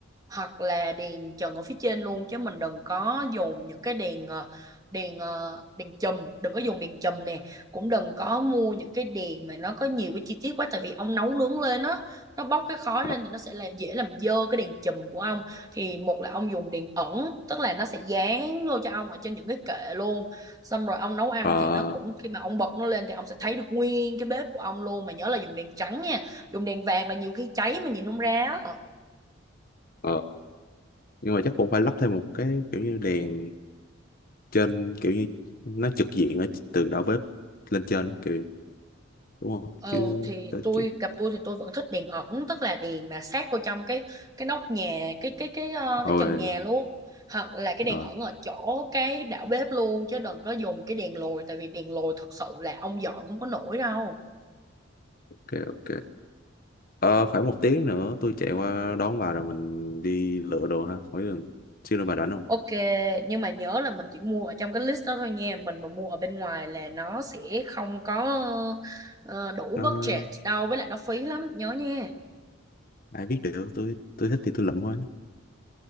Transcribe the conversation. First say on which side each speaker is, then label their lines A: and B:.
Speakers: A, on the right; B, on the left.
A: hoặc là đèn trần ở phía trên luôn chứ mình đừng có dùng những cái đèn ờ, đèn ờ, đèn chùm, đừng có dùng đèn chùm nè, cũng đừng có mua những cái đèn mà nó có nhiều cái chi tiết quá tại vì ông nấu nướng lên á, nó bốc cái khói
B: Ờ,
A: lên thì nó sẽ là dễ làm dơ cái đèn chùm của ông. Thì một là ông dùng đèn ẩn, tức là nó sẽ dán vô cho ông ở trên những cái kệ luôn xong rồi ông nấu ăn
B: ờ,
A: thì nó cũng khi mà ông bật nó lên thì ông sẽ thấy được nguyên cái bếp của ông luôn mà nhớ là dùng đèn trắng nha dùng đèn vàng là nhiều khi cháy mà nhìn không ra á
B: ờ. Nhưng mà chắc cũng phải lắp thêm một cái kiểu như đèn trên kiểu như nó trực diện ở từ đầu bếp lên trên đó, kiểu đúng không?
A: ờ
B: Chứ
A: thì
B: tôi
A: tôi
B: chỉ
A: gặp tôi thì tôi vẫn thích đèn ẩn tức là đèn mà sát vô trong cái cái nóc nhà cái cái cái ờ,
B: rồi
A: cái trần nhà luôn hoặc là cái đèn
B: ờ,
A: ẩn ở chỗ cái đảo bếp luôn chứ đừng có dùng cái đèn lồi tại vì đèn lồi thật sự là ông dọn không có nổi đâu
B: ok ok. Ờ, khoảng một tiếng nữa tôi chạy qua đón bà rồi mình đi lựa đồ ha. Hỏi xin bà rảnh không?
A: Ok, nhưng mà nhớ là mình chỉ mua ở trong cái list đó thôi nha. Mình mà mua ở bên ngoài là nó sẽ không có ờ, đủ
B: Nó
A: budget đâu, với lại nó phí lắm, nhớ nha.
B: ai biết được tôi tôi thích thì tôi lụm thôi